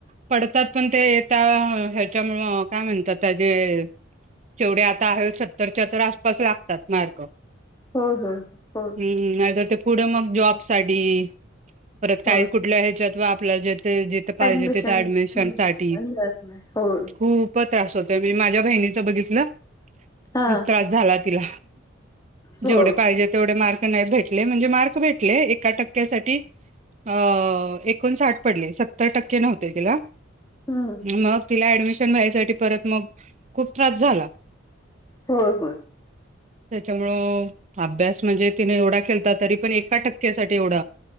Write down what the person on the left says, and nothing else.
होय होय होय.
होय
ऍडमिशन
हम्म
जात नाही होय
हा
हो
हम्म
होय होय.